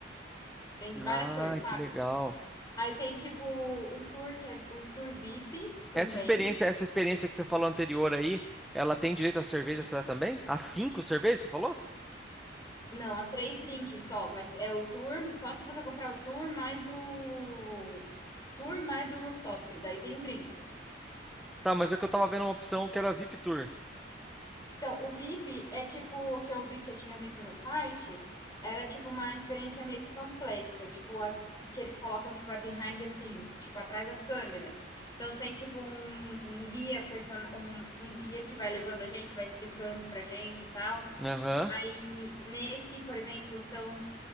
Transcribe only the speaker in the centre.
Ah,
que legal.
Essa experiência, essa experiência que você falou anterior aí, ela tem direito à cerveja, será também? A cinco cervejas, você falou?
Tá, mas é que eu tava vendo uma opção que era VIP Tour.
Aham.